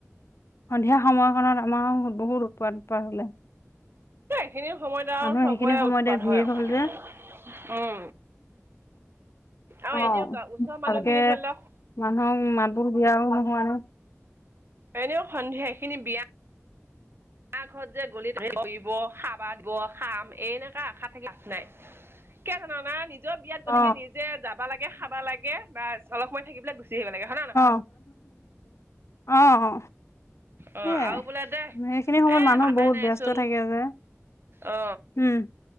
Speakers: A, on the left; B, on the right.
A: সন্ধিয়া সময়খনত আমাৰ বহুত উৎপাদৎপাদ হলে
B: সেইখিনি সময়ত
A: মানুহ
B: আৰু চবৰে
A: সেইখিনি সময়তে
B: উৎপাত
A: ভিৰ
B: হয়।
A: হল যে
B: আৰু আৰু
A: অ
B: এনেও ওচৰৰ মানুহখিনি
A: ভালকে
B: ধৰি লওক
A: মানুহক মান <unintelligible> দিয়াও নহয়
B: এনেও সন্ধিয়া এইখিনি বিয়া যাৰ ঘৰত যে গলিতহিব খাবা দিব খাম এনেকা আশা থাকি লাভ নাই। কিয় জনা নাই <unintelligible> নিজৰ বিয়াত
A: অ
B: গলকে নিজে যাবা লাগে খাবা লাগে বা অলপ সময় থাকিব পেলাই গুচি আহিব লাগে। হয় না নহয়?
A: অ
B: <inaudible>
A: অ অ
B: অ
A: সেইয়ে
B: আৰু বোলে দে
A: সখিনি- অসময়ত
B: এ
A: মানুহ
B: মাতাই
A: বহুত
B: নাইচোন
A: ব্যস্ত থাকে। যে-
B: অ
A: উম,